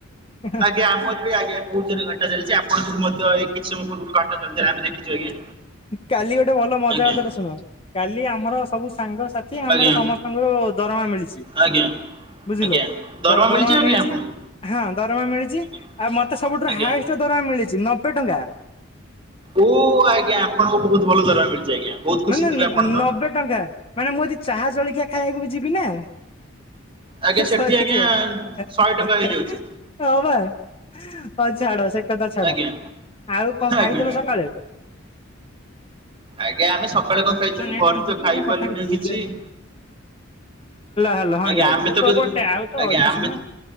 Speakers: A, on the left; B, on the right.
A: ଚାଲିଛି।
B: ଆଜ୍ଞା ଆମ ଆଜ୍ଞା। ବହୁତ ଯୋରେ ଘାଟା ଚାଲିଛି ଆପଣ ମଧ୍ୟ ଏଇ କିଛି ସମୟ ପୂର୍ବରୁ ଘାଟାଚାଲିଥିଲା ଆମେ ଦେଖିଛୁ ଆଜ୍ଞା।
A: କାଲି ଗୋଟେ ଭଲ ମଜା
B: ଆଜ୍ଞା
A: କଥାଟା ଶୁଣ, କାଲି ଆମର ସବୁ ସାଙ୍ଗସାଥ୍ ସେ ଆମର
B: ଆଜ୍ଞା
A: ସମସ୍ତଙ୍କୁ ଦରମା ମିଳିଛି
B: ଆଜ୍ଞା
A: ବୁଝିଲ
B: ଆଜ୍ଞା
A: ଦରମା
B: ଆଜ୍ଞା
A: ମିଳିଛି।
B: ଆପଣଙ୍କୁ?
A: ହଁ ଦରମା ମିଳିଛି
B: ଆଜ୍ଞା
A: ଆଉ ମତେ ସବୁଠୁ ହାଏଷ୍ଟ୍
B: ଆଜ୍ଞା।
A: ଦରମା ମିଳିଛି ନବେ ଟଙ୍କା।
B: ଓ ଆଜ୍ଞା ଆପଣଙ୍କୁ ବହୁତ ଭଲ ଦରମା ମିଳିଛି ଆଜ୍ଞା ବହୁତ
A: ମାନେ
B: ଖୁସି ଥିବେ ଆପଣ ତ?
A: ନବେ ଟଙ୍କା ମାନେ ମୁଁ ଯଦି ଚାହା ଜଳିକିଆ ଖାଇବାକୁ ବି ଯିବି ନା
B: ଆଜ୍ଞା ସେଠି
A: ସରିଯିବ
B: ଆଜ୍ଞା
A: <unintelligible>
B: ଶହେ ଟଙ୍କା ହେଇଯାଉଛି
A: ହଁ ବା ହଁ ଛାଡ ସେ କଥା ଛାଡ
B: ଆଜ୍ଞା
A: ଆଉ କଣ
B: ଆଜ୍ଞା।
A: ଖାଇଥିଲ ସକାଳୁ?
B: ଆଜ୍ଞା ଆମେ ସକାଳେ କ ଖାଇଥିଲୁ
A: ହଁ ନେଟ୍
B: ଘରୁ
A: ଅନ୍ କରିଥିଲ
B: ତ ଖାଇ
A: କଥା
B: ପାରିଲୁନି
A: ହ୍ୟାଲୋ
B: କିଛି।
A: ହ୍ୟାଲୋ ହଁ
B: ଆଜ୍ଞା
A: ଯାଉଛି
B: ଆମେ ତ
A: ଗୋଟେ ଆଉ ତ
B: ଆଜ୍ଞା
A: ଅଳ୍ପ
B: ଆମେ
A: ସମୟ